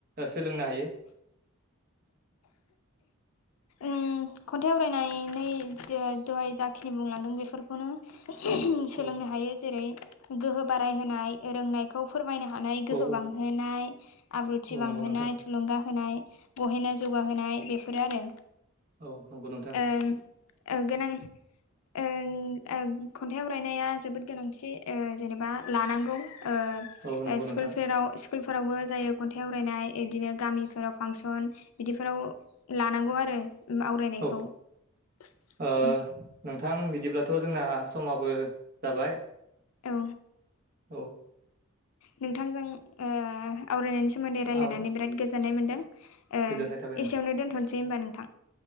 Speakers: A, on the right; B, on the left.
A: सोलोंनो हायो।
B: उम खन्थाइ आवरायनानै दहाय जाखिनि बुंलांदों बेफोर खौनो सोलोंनो
A: औ
B: हायो जेरै गोहो बाराय होनाय रोंनाय। खौ फोरमायनो हानाय गोहो
A: औ
B: बांहोनाय, आब्रुथि
A: औ
B: बांहोनाय
A: नंगौ नोंथां
B: थुलुंगा होनाय बहायनो जौगाहोनाय बेफोरोआरो।
A: औ नंगौ नोंथां
B: ओ ओ गोनां ओ ओ खन्थाइ आरायनाया जोबोद गोनांथि ओ जेनेबा लानांगौ ओ ओ
A: औ नंगौ नोंथां
B: स्कुल फोराव स्कुलफोरावबो जायो खन्थाइ आवरायनाय बिदिनो गामिफोराव फांसन बिदिफोराव लानांगौ आरो आवरायनायखौ
A: औ
B: उम।
A: ओ नोंथां बिदिब्लाथ' जोंना समाबो जाबाय।
B: औ
A: औ
B: नोंथांजों ओ आवरायनायनि सोमोन्दै रायलायनानै
A: औ
B: बिराद गोजोननाय मोन्दों। ओ एसेयावनो
A: गोजोननाय थाबाय नोंथां
B: दोनथ'नोसै होमबा नोंथां।